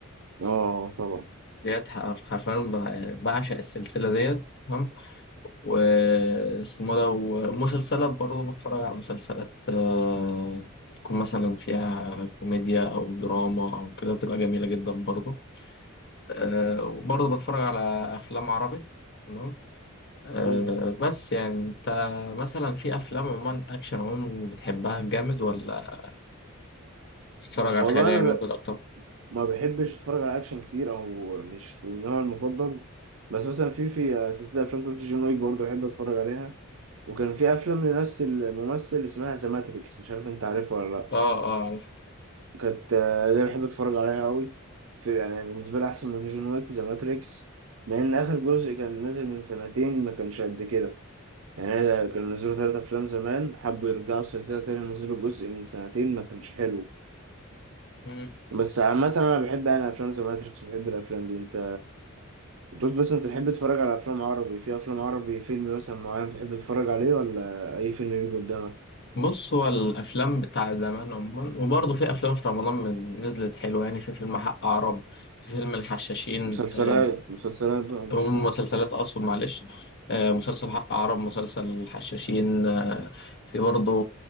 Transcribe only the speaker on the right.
آه طبعا
مم.
والله
أنا
ب...
ما بحبش أتفرج على أكشن كتير أو مش النوع المفضل بس مثلا في في سلسلة أفلام توت جون ويك برضه بحب أتفرج عليها وكان في أفلام لنفس الممثل اسمها ذا ماتريكس مش عارف أنت عارفها ولا لأ
كانت آه، دي بحب اتفرج عليها قوي في يعني بالنسبه لي احسن من جون ويك ذا ماتريكس مع ان اخر جزء كان نازل من سنتين ما كانش قد كده يعني أنا كانوا نزلوا ثلاثة افلام زمان حبوا يرجعوا السلسله تاني نزلوا جزء من سنتين ما كانش حلو
بس عامه انا بحب يعني افلام ذا ماتريكس بحب الافلام دي انت بص بس انت تحب تتفرج على افلام عربي في افلام عربي فيلم مثلا معين بتحب تتفرج عليه ولا اي فيلم بيجي قدامك
مسلسلات
مسلسلات بقى مش